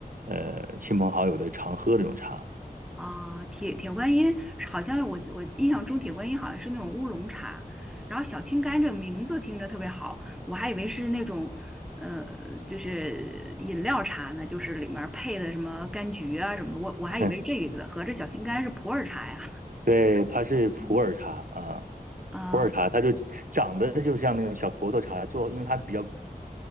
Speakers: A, on the right; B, in the centre.
A: 呃亲朋好友的常喝这种茶。
B: 啊，铁铁观音好像是我我印象中铁观音好像是那种乌龙茶，然后小青柑这名字听着特别好，我还以为是那种，呃，就是饮料茶呢，就是里面儿配的什么柑橘啊什么的，我我还以为是这个意思合着小青柑是普洱茶呀。
A: <laughs> 对，它是普洱茶啊，
B: 嗯，啊、
A: 普洱茶它就长得就像那种小坨坨茶做，因为它比较，